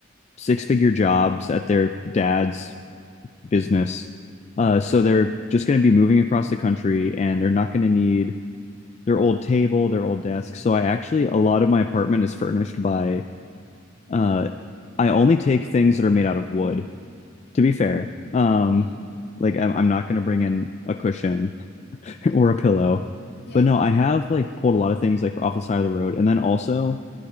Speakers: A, on the left (about 35°); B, on the left (about 60°).
A: six figure jobs at their dad's business. Uh, so they're just going to be moving across the country and they're not going to need their old table, their old desk. So I actually a lot of my apartment is furnished by uh I only take things that are made out of wood, to
B: Mm,
A: be fair. Um
B: mm.
A: like I'm, I'm not going to bring in a cushion <laughs> or a pillow.
B: Yeah,
A: But
B: yeah.
A: no, I have like pulled a lot of things like off the side of the road and then also